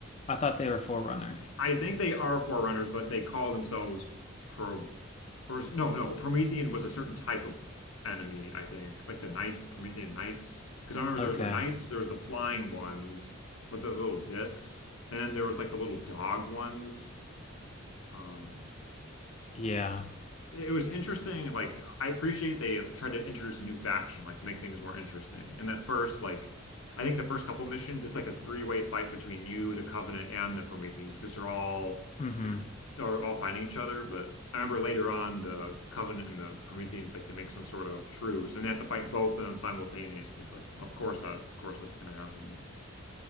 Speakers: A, on the left; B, on the left.
A: I thought they were Forerunner.
B: I think they are Forerunners, but they call themselves Pro or is- no, no, Promethean was a certain type of enemy, I think. Like the Knights, Promethean Knights. Because I remember
A: Okay.
B: there was the Knights, there was the flying ones with the little discs, and then there was like the little dog ones. Um,
A: Yeah.
B: it was interesting. Like I appreciate they tried to introduce a new faction, like to make things more interesting. And that first, like I think the first couple missions, it's like a three-way fight between you, the Covenant, and the Prometheans, because they're all
A: Mm-hmm.
B: you are all fighting each other. But I remember later on, the Covenant and the Prometheans, like they make some sort of truce, and they have to fight both of them simultaneously. It's like, of course that, of course that's gonna happen.